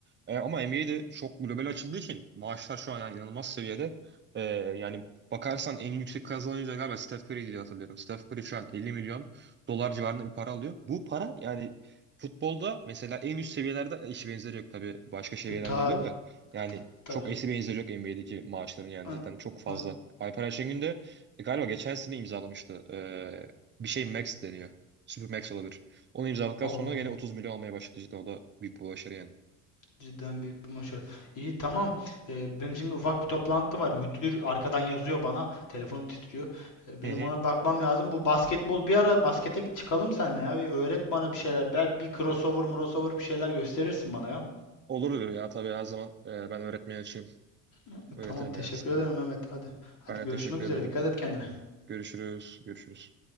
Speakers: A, on the right (about 30°); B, on the left (about 50°).
A: e, ama NBA'de çok global açıldığı için maaşlar şu an yani inanılmaz seviyede. E, yani bakarsan en yüksek kazanan oyuncu da galiba Steph Curry diye hatırlıyorum. Steph Curry şu an 50 milyon dolar civarında bir para alıyor. Bu para yani futbolda mesela en üst seviyelerde eşi benzeri yok tabii başka seviyelerde
B: E, tabii
A: olabilir de yani
B: tabii
A: çok
B: canım.
A: eşi benzeri yok NBA'deki maaşların yani
B: Hı,
A: cidden çok fazla.
B: hı,
A: Alper Ayşengün de e, galiba geçen sene imzalamıştı e, bir şey Max deniyor. Super Max olabilir. Onu imzaladıktan
B: Olur.
A: sonra gene 30 milyon almaya başladı cidden. O da büyük bir başarı yani.
B: Cidden büyük bir başarı. İyi tamam. Ee, benim şimdi ufak bir toplantı var. Müdür arkadan yazıyor bana. Telefonum titriyor. Ee, benim
A: Hı hı.
B: ona bakmam lazım. Bu basketbol bir ara baskete çıkalım seninle ya. Bir öğret bana bir şeyler. Bel bir crossover, crossover bir şeyler gösterirsin bana ya.
A: Olur ya tabii her zaman e, ben öğretmeye açayım.
B: Ee,
A: Öğretirim
B: Tamam teşekkür
A: yani sıkıntı
B: ederim
A: yok.
B: Mehmet. Hadi. Hadi
A: Ben de
B: görüşmek
A: teşekkür
B: üzere.
A: ederim.
B: Dikkat et kendine.
A: Görüşürüz. Görüşürüz.